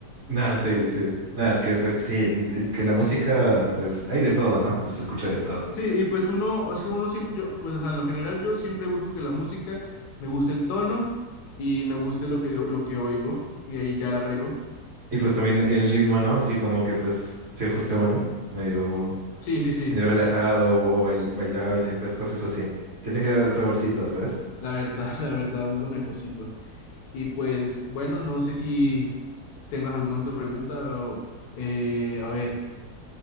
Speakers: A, on the right; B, on the left.
A: Nada, sí, sí. Nada, es que pues sí, el- el- que en la música pues hay de todo, ¿no? Pues se escucha de todo.
B: Sí, y pues uno, es que uno siempre, yo, pues o sea, en lo general yo siempre busco que la música me guste el tono y me guste lo que, lo que oigo y ahí ya la agrego.
A: Y pues también el ritmo, ¿no? Así como que pues se ajuste uno, medio,
B: Sí, sí, sí,
A: medio relajado o, bail- bailable, pues cosas así. Que tenga saborcito, ¿sabes?
B: la verdad, <laughs> la verdad es lo mejorcito. Y pues bueno, no sé si tengas alguna otra pregunta. o, eh, a ver,